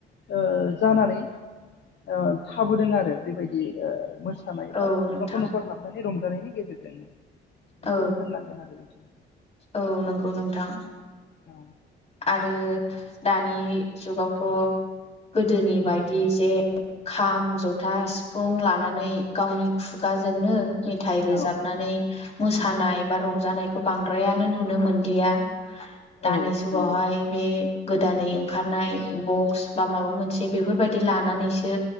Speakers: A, on the left; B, on the left.
A: ओ जानानै ओ‌ थाबोदों आरो बेबायदि आओ मोसानाय
B: औ
A: बा
B: नोंथां
A: न'खर न'खर हाबनानै रंजानायनि गेजेरजोंनो बेखौ
B: औ
A: होननांगोन आरो नोंथां
B: औ नंगौ नोंथां
A: औ
B: आरो दानि जुगावथ गोदोनि बायदि जे खाम जथा सिफुं लानानै गावनि खुगा बाजोंनो मेथाइ
A: औ
B: रोजाबनानै मोसानाय
A: नंगौ
B: बा रंजानायखौ बांद्रायानो नुनो मोनलिया दानि
A: औ
B: जुगावहाय
A: नंगौ
B: बे गोदानै ओंखारनाय बक्स बा माबा मोनसे बेफोरबायदि लानानैसो